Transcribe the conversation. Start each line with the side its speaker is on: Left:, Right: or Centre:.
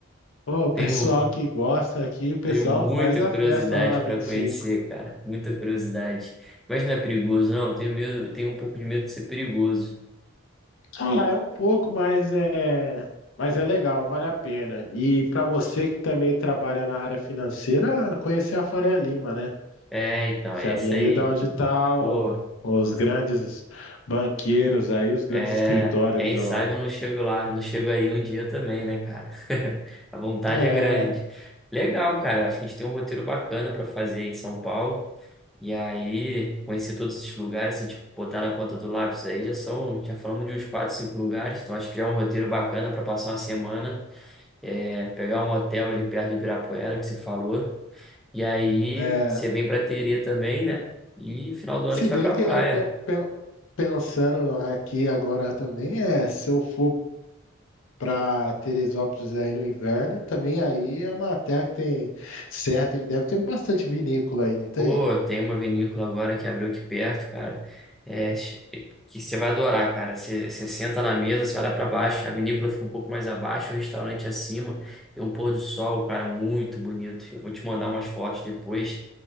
Left: Pô, o pessoal
Centre: Tenho,
Left: que gosta aqui, o pessoal
Centre: tenho muita
Left: faz a
Centre: curiosidade
Left: festa lá na vinte
Centre: para
Left: e
Centre: conhecer,
Left: cinco
Centre: cara. Muita curiosidade. Mas não é perigoso, não. Tenho medo, eu tenho um pouco de medo de ser perigoso.
Left: Ah, é um pouco, mas é, mas é legal, vale a pena. E para você que também trabalha na área financeira, conhecer a Faria Lima, né?
Centre: É, então,
Left: Que
Centre: esse
Left: é a avenida
Centre: aí,
Left: onde tá o-
Centre: pô,
Left: os grandes banqueiros aí, os grandes
Centre: é,
Left: escritórios
Centre: quem
Left: do...
Centre: sabe eu não chego lá, não chego aí um dia também, né, cara? <laughs> A vontade
Left: É,
Centre: é grande. Legal, cara. Acho que a gente tem um roteiro bacana para fazer em São Paulo. E aí, conhecer todos esses lugares, assim, tipo, botar na ponta do lápis aí, já são, já falamos de uns quatro, cinco lugares, então acho que já é um roteiro bacana para passar uma semana. é, pegar um hotel ali perto de Ibirapuera, que você falou. E aí
Left: é.
Centre: você vem pra Terê também, né? E final do
Left: Se
Centre: ano a gente
Left: bem
Centre: vai pra
Left: que
Centre: praia.
Left: eh, pe- pe- pensando aqui agora também, é, se eu for para Teresópolis aí no inverno, também aí é uma terra que tem certo, deve ter bastante vinícola aí, não tem?
Centre: Pô, tem uma vinícola agora que abriu aqui perto, cara. É, ch- que você vai adorar, cara. Você, você senta na mesa, você olha pra baixo, a vinícola fica um pouco mais abaixo, o restaurante acima. Tem um pôr do sol, cara, muito bonito. Eu vou te mandar umas fotos depois.